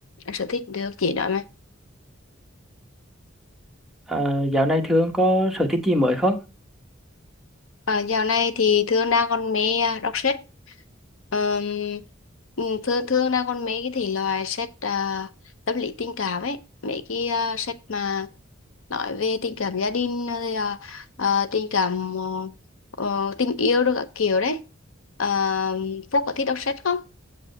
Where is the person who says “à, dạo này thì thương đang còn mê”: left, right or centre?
Left